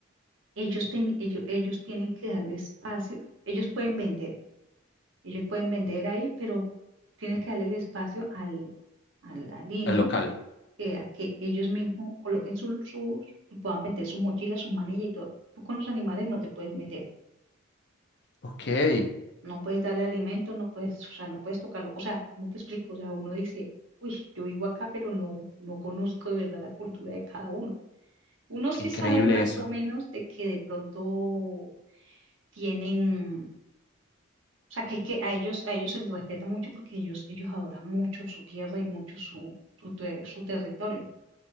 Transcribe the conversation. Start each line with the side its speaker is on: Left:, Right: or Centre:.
Right: ellos, ten- ellos, ellos tienen que darle espacio, ellos pueden vender, ellos pueden vender ahí, pero tienes que darle el espacio al, al, al indio
Left: El local.
Right: eh, a que ellos mismos coloquen sus, sus y puedan meter sus mochilas, sus manillas y todo. Tú con los animales no te puedes meter,
Left: Ok, qué
Right: no puedes darle alimento, no puedes, o sea, no puedes tocarlo. O sea, ¿cómo te explico? O sea, uno dice, uy, yo vivo acá, pero no, no conozco de verdad la cultura de cada uno. Uno sí
Left: increíble
Right: sabe más
Left: eso.
Right: o menos de que de pronto tienen, o sea, que, que a ellos, a ellos se les respeta mucho porque ellos, ellos adoran mucho su tierra y mucho su, su, te- su territorio.